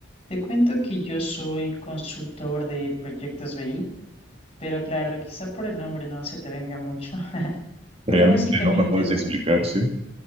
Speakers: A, on the left; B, on the right.
A: Te cuento que yo soy consultor de proyectos BI, pero claro, quizá por el nombre no se te venga mucho, <laughs>
B: ¿Realmente
A: pero básicamente
B: no me puedes
A: lo-
B: explicar, sí?